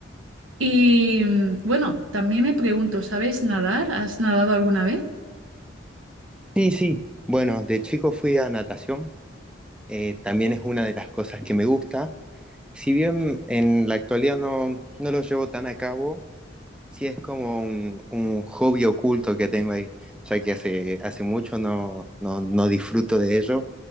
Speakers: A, on the right; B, in the centre.
A: Y mm, bueno, también me pregunto, ¿sabes nadar? ¿Has nadado alguna vez?
B: Sí, sí. Bueno, de chico fui a natación, eh, también es una de las cosas que me gusta. Si bien en la actualidad no, no lo llevo tan a cabo, sí es como un, un hobby oculto que tengo ahí, ya que hace, hace mucho no, no, no disfruto de ello,